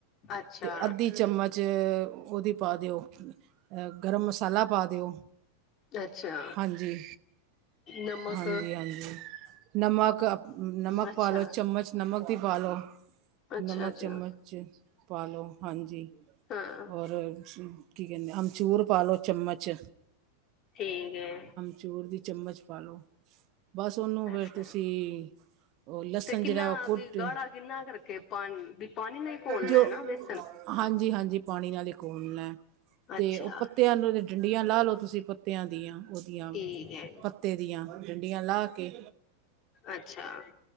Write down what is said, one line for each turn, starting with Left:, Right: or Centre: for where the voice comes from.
Left: ਅੱਛਾ
Right: ਤੇ ਅੱਧੀ ਚਮਚ ਉਹਦੀ ਪਾ ਦਿਓ। ਅ ਗਰਮ ਮਸਾਲਾ ਪਾ ਦਿਓ।
Left: ਅੱਛਾ।
Right: ਹਾਂਜੀ
Left: ਨਮਕ
Right: ਹਾਂਜੀ ਹਾਂਜੀ ਨਮਕ ਨਮਕ
Left: ਅੱਛਾ
Right: ਪਾ ਲੋਓ ਚਮਚ ਨਮਕ ਦੀ ਪਾ ਲਓ
Left: ਅੱਛਾ
Right: ਨਮਕ
Left: ਅੱਛਾ
Right: ਚਮਚ ਪਾ ਲਉ ਹਾਂਜੀ।
Left: ਹਾਂ
Right: ਹੋਰ ਕੀ ਕਹਿੰਦੇ ਅਮਚੂੂਰ ਪਾ ਲਓ ਚਮਚ।
Left: ਠੀਕ ਹੈਏ
Right: ਚੂਰ ਦੀ ਚਮਚ ਪਾਾਲਓ ਬਸ ਉਹਨੂੰ ਫੇਿਰ
Left: ਅੱਛਾ
Right: ਤੁਸੀਂ ਉਹ ਲਸਣ
Left: ਤੇ ਕਿੰਨਾ
Right: ਜਿਹੜਾ ਉਹ ਕੁਟ
Left: ਵੀ ਗਾੜਾ ਕਿੰਨਾ ਕਰਕੇ ਪਾਣੀ ਵੀ ਪਾਣੀ ਨਹੀਂ ਘੋਲਣਾ
Right: ਜੋ
Left: ਹੈ ਨਾ ਬੇਸਨ
Right: ਹਾਂਜੀ ਹਾਂਜੀ ਪਾਣੀ ਨਾਲ ਹੀ ਖੋਲਨਾ। ਤੇ
Left: ਅੱਛਾ
Right: ਉਹ ਪੱਤਿਆਂ ਨੂੰ ਡੰਡੀਆਂ ਲਾ ਲਓ ਤੁਸੀਂ ਪੱਤਿਆਂ ਦੀਆਂ ਉਹਦੀਆਂ।
Left: ਠੀਕ ਹੈ
Right: ਤੇ ਦੀਆਂ ਡੰਡੀਆਂ ਲਾ ਕੇ
Left: ਅੱਛਾ